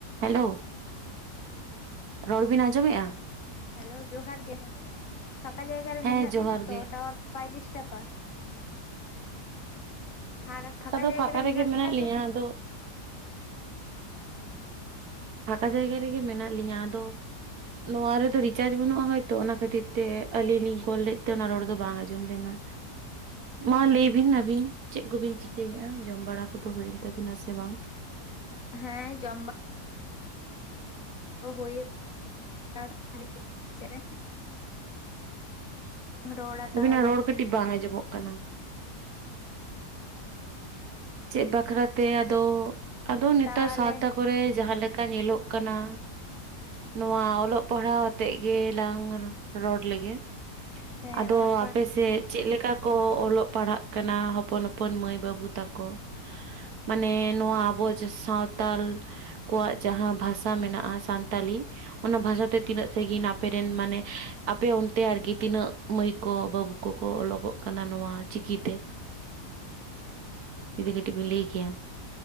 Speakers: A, on the right; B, on the left.
A: ᱦᱮᱞᱳ ᱨᱚᱲ ᱵᱤᱱ ᱟᱸᱡᱚᱢ ᱮᱜᱼᱟ?
B: ᱦᱮᱞᱳ ᱡᱚᱦᱟᱨ ᱜᱮ ᱯᱷᱟᱠᱟ ᱡᱟᱭᱜᱟ ᱨᱮ
A: ᱦᱮᱸ
B: ᱢᱮᱱᱟᱜ
A: ᱡᱚᱦᱟᱨ
B: ᱵᱤᱱᱟ
A: ᱜᱮ᱾
B: ᱛᱚ ᱴᱟᱣᱟᱨ ᱵᱟᱭ ᱰᱤᱥᱴᱟᱯᱟ᱾ ᱟᱨ ᱯᱷᱟᱸᱠᱟ
A: ᱫᱚ
B: ᱡᱟᱭᱜᱟ ᱨᱮ
A: ᱨᱮᱜᱮ
B: ᱢᱮᱱᱟᱜ ᱵᱤᱱᱟ
A: ᱞᱤᱧᱟᱹ
B: ᱛᱚ᱾
A: ᱟᱫᱚ ᱯᱷᱟᱸᱠᱟ ᱡᱟᱭᱜᱟ ᱨᱮᱜᱮ ᱢᱮᱱᱟᱜ ᱞᱤᱧᱟ ᱟᱫᱚ᱾ ᱱᱚᱣᱟ ᱨᱮᱫᱚ ᱨᱤᱪᱟᱨᱡ ᱵᱟᱹᱱᱩᱜᱼᱟ ᱦᱚᱭᱛᱚ ᱚᱱᱟ ᱠᱷᱟᱹᱛᱤᱨ ᱛᱮ ᱟᱞᱤᱧ ᱞᱤᱧ ᱠᱚᱞ ᱞᱮᱫ ᱛᱮ ᱚᱱᱟ ᱨᱚᱲ ᱫᱚ ᱵᱟᱝ ᱟᱸᱡᱚᱢ ᱞᱮᱱᱟ᱾
B: <inaudible>
A: ᱢᱟ ᱞᱟᱹᱭ ᱵᱤᱱ ᱟᱹᱵᱤᱱ ᱪᱮᱫ ᱠᱚᱵᱤᱱ ᱪᱤᱠᱟᱹᱭᱮᱫᱼᱟ, ᱡᱚᱢ ᱵᱟᱲᱟ ᱠᱚᱫᱚ ᱦᱩᱭᱮᱱ ᱛᱟᱵᱤᱱᱟ ᱥᱮ ᱵᱟᱝ?
B: ᱦᱮᱸ ᱡᱚᱢ ᱵᱟ ᱚ ᱦᱳᱭ <unintelligible> ᱥᱮᱨᱮᱧ ᱨᱚᱲᱟ
A: ᱟᱵᱤᱱᱟᱜ
B: ᱛᱟᱦᱚᱞᱮ
A: ᱨᱚᱲ ᱠᱟᱹᱴᱤᱡ ᱵᱟᱝ ᱟᱸᱡᱚᱢᱚᱜ ᱠᱟᱱᱟ᱾ ᱪᱮᱫ ᱵᱟᱠᱷᱨᱟ ᱛᱮ ᱟᱫᱚ ᱟᱫᱚ ᱱᱮᱛᱟᱨ
B: ᱛᱟᱦᱚᱞᱮ
A: ᱥᱟᱶᱛᱟ ᱠᱚᱨᱮ ᱡᱟᱦᱟᱸ ᱞᱮᱠᱟ ᱧᱮᱞᱚᱜ ᱠᱟᱱᱟ᱾ ᱱᱚᱣᱟ ᱚᱞᱚᱜ ᱯᱟᱲᱦᱟᱣ ᱟᱛᱮᱫ ᱜᱮᱞᱟᱝ ᱨᱚᱲ ᱞᱮᱜᱮ᱾
B: ᱦᱮᱸ
A: ᱟᱫᱚ
B: ᱚᱞᱚᱜ ᱯᱟᱲ
A: ᱟᱯᱮ ᱥᱮᱫ ᱪᱮᱫ ᱞᱮᱠᱟ ᱠᱚ ᱚᱞᱚᱜ ᱯᱟᱲᱦᱟᱜ ᱠᱟᱱᱟ ᱦᱚᱯᱚᱱ ᱦᱚᱯᱚᱱ ᱢᱟᱹᱭ ᱵᱟᱹᱵᱩ ᱛᱟᱠᱚ᱾ ᱢᱟᱱᱮ ᱱᱚᱣᱟ ᱟᱵᱚ ᱡᱮ ᱥᱟᱶᱛᱟᱞ ᱠᱚᱣᱟᱜ ᱡᱟᱸᱦᱟᱸ ᱵᱷᱟᱥᱟ ᱢᱮᱱᱟᱜᱼᱟ ᱥᱟᱱᱛᱟᱞᱤ᱾ ᱚᱱᱟ ᱵᱷᱟᱥᱟᱛᱮ ᱛᱤᱱᱟᱹᱜ ᱥᱟᱺᱜᱤᱧ ᱟᱯᱮᱨᱮᱱ ᱢᱟᱱᱮ ᱟᱯᱮ ᱚᱱᱛᱮ ᱟᱨᱠᱤ ᱛᱤᱱᱟᱹᱜ ᱢᱟᱹᱭ ᱠᱚ ᱵᱟᱹᱵᱩ ᱠᱚᱠᱚ ᱚᱞᱚᱠᱚᱜ ᱠᱟᱱᱟ ᱱᱚᱣᱟ ᱪᱤᱠᱤ ᱛᱮ᱾ ᱡᱩᱫᱤ ᱠᱟᱹᱴᱤᱡ ᱵᱤᱱ ᱞᱟᱹᱭ ᱠᱮᱭᱟ᱾